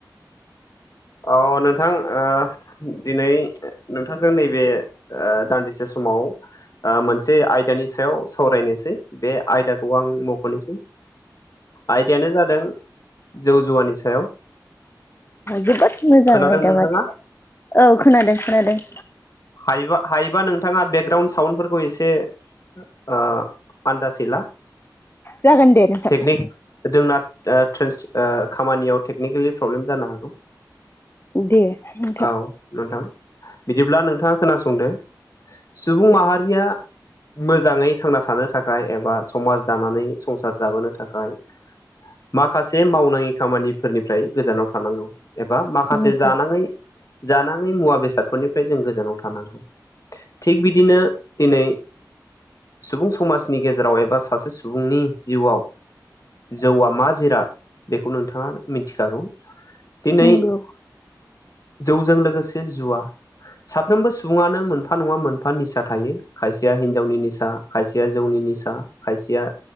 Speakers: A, on the left; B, on the left.
A: अ नोंथां ओ दिनै नोंथांजों नैबे दानदिसे समाव ओ मोनसे आयदानि सायाव सावरायनोसै बे आयदाखौ आं मख'नोसै आयदायानो जादों जौ जुवानि सायाव
B: जोबोद मोजां
A: खोनादों
B: आयदा
A: नोंथाङा
B: माथो औ खोनादों खोनादों
A: हायोबा हायोबा नोंथांङा बेकग्राउड साउन्डफोरखौ एसे ओ आनदासै ला
B: जागोन दे नोंथां
A: टेकनिक जोंना ट्रेन्स खामानियाव टेकनिकेलि प्रब्लेम जानो हागौ।
B: दे नोंथां
A: औ नोंथां बिदिब्ला नोंथांङा खोनासंदो सुबुं माहारिया मोजाङै थांना थानो थाखाय एबा समाज दानानै संसार जाबोनो थाखाय माखासे मावनाङि खामानिफोरनिफ्राय गोजानाव थानांगौ एबा माखासे
B: नंगौ
A: जानाङै जानाङै मुवा बेसादफोरनिफ्राय जों गोजानाव थानांगौ थिग बिदिनो दिनै सुबुं समाजनि गेजेराव एबा सासे सुबुंनि जिउआव जौआ मा जिराद बेखौ नोंथाङा मिथिखागौ दिनै
B: नंगौ
A: जौजों लोगोसे जुवा साफ्रोमबो सुबुङानो मोनफा नंङा मोनफा निसा थायो खायसेया हिनजावनि निसा खायसेया जौनि निसा खायसेया